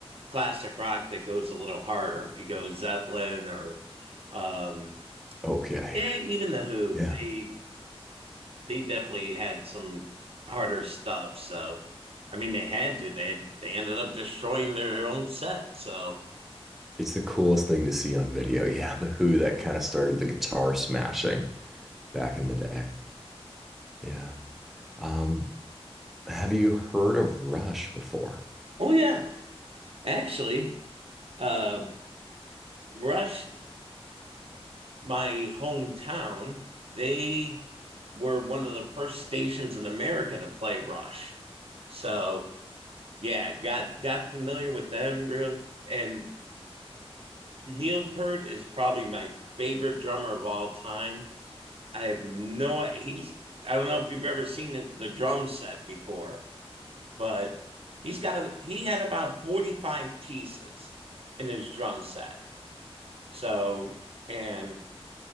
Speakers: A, on the right (about 65°); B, in the centre.
A: classic rock that goes a little harder. If you go Zeppelin or um
B: Okay.
A: yeah, even the Who,
B: Yeah.
A: they they definitely had some harder stuff. So, I mean, they had to. They they ended up destroying their own set. So,
B: It's the coolest thing to see on video. Yeah, the Who that kind of started the guitar smashing back in the day. Yeah. Um, have you heard of Rush before?
A: oh yeah, actually, um, Rush, my hometown, they were one of the first stations in America to play Rush. So yeah, got got familiar with them and Neil Peart is probably my favorite drummer of all time I have no. He's. I don't know if you've ever seen it, the drum set before, but he's got a. He had about forty five pieces in his drum set. So and